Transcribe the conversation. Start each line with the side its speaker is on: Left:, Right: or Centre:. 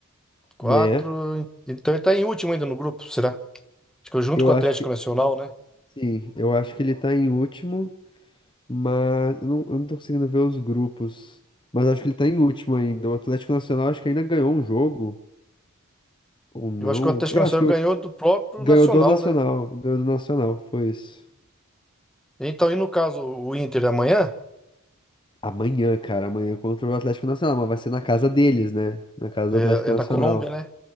Centre: Quatro.
Left: né?
Centre: Então ele tá em último ainda no grupo, será? Acho que junto
Left: Eu
Centre: com o
Left: acho
Centre: Atlético
Left: que
Centre: Nacional, né?
Left: sim, eu acho que ele tá em último, mas eu não, eu não tô conseguindo ver os grupos. Mas acho que ele tá em último ainda. O Atlético Nacional acho que ainda ganhou um jogo, ou não.
Centre: Eu acho que o Atlético
Left: É,
Centre: Nacional
Left: acho que o-
Centre: ganhou do próprio
Left: ganhou
Centre: Nacional,
Left: do Nacional.
Centre: né?
Left: Ganhou do Nacional, foi isso.
Centre: Então, e no caso, o Inter amanhã
Left: Amanhã, cara, amanhã contra o Atlético Nacional, mas vai ser na casa deles, né? Na casa
Centre: é,
Left: do Atlético
Centre: é
Left: Nacional.
Centre: na Colômbia, né?